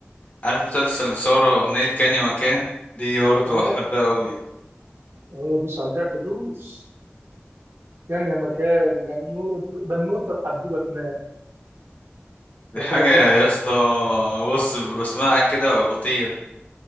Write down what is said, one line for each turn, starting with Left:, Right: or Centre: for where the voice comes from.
Left: عارف مسلسل ثوره واغنيه كان يا مكان دي برضه
Right: اه
Left: بحبها قوي
Right: هو بص على الجرح دوس كان يا مكان يا بنو- بنوته تحديدا تنام
Left: دي
Right: ده
Left: حاجه
Right: كانت
Left: يا
Right: لا
Left: اسطى بص بسمعها كده بطير